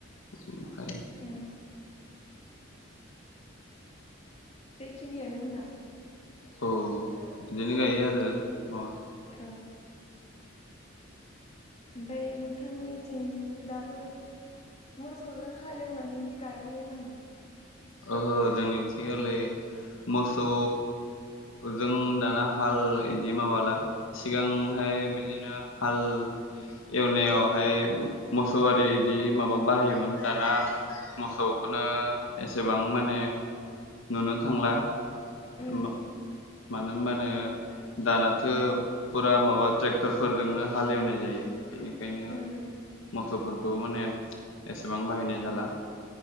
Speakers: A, on the left; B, on the left.
A: <inaudible>
B: ए। बेखिनियानो होमबा?
A: औ बिदिनो गायो आरो
B: ए
A: माबा
B: औ ओमफ्राय नोंथांमोननिथिं दाबो मोसौजों हालेवनानै गायो नामा?
A: ओहो जोंनिथियोलै मोसौ जों दाना हाल बिदि माबाला। सिगांहाय बिदिनो हाल एवनायावहाय मोसौ आरि बिदि माबा बाहायोमोन। दाना मोसौखौनो एसेबां माने नुनो थांला <unintelligible>
B: उम
A: मानो होमबानो दानाथ' फुरा माबा ट्रेक्टरफोरजोंनो हालेवनाय जायो। बेनिखायनो
B: उम
A: मोसौफोरखौ माने एसेबां बाहायनाय जाला।